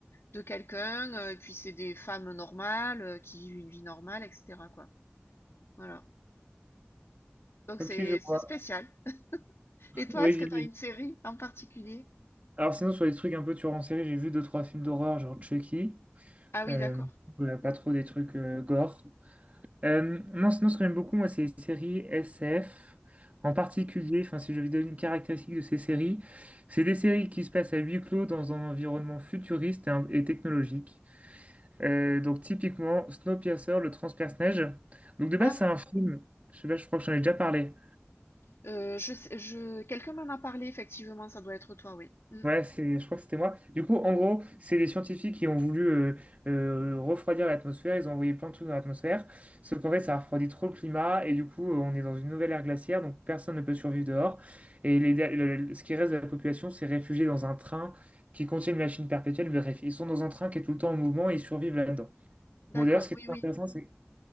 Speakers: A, on the left; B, on the right.
A: de quelqu'un, heu et puis c'est des femmes normales, heu, qui vivent une vie normale et cetera, quoi. Voilà. Donc
B: Ok,
A: c'est
B: je
A: c'est
B: vois.
A: spécial. Et toi,
B: Oui,
A: est-ce que
B: j'imagine.
A: tu as une série en particulier?
B: Alors sinon, sur les trucs un peu tueurs en série, j'ai vu deux, trois films d'horreur, genre Chucky.
A: Ah oui,
B: Euh,
A: d'accord.
B: voilà, pas
A: Mmh.
B: trop des trucs euh, gore. Euh, non, sinon, ce que j'aime beaucoup, moi, c'est les séries SF. En particulier, enfin, si je vais donner une caractéristique de ces séries, c'est des séries qui se passent à huis clos dans un environnement futuriste et, un- et technologique. Euh, donc typiquement Snowpiercer, le transperce-neige. Donc de base
A: Ah
B: c'est
A: oui,
B: un film, je sais pas, je crois que j'en ai déjà parlé.
A: heu, je sais je quelqu'un m'en a parlé effectivement, ça doit être toi, oui. Mmh.
B: Ouais, c'est, je crois que c'était moi. Du coup, en gros, c'est des scientifiques qui ont voulu euh, euh, refroidir l'atmosphère. Ils ont envoyé plein de trucs dans l'atmosphère. Sauf qu'en fait, ça refroidit trop le climat. Et du coup, euh, on est dans une nouvelle ère glaciaire. Donc, personne ne peut survivre dehors. Et les, le- le- ce qui reste de la population s'est réfugié dans un train qui contient une machine perpétuelle. Bref, ils sont dans un train qui est tout le temps en mouvement et ils survivent là-dedans.
A: D'accord,
B: Bon, d'ailleurs, ce qui
A: oui,
B: est très
A: oui.
B: intéressant, c'est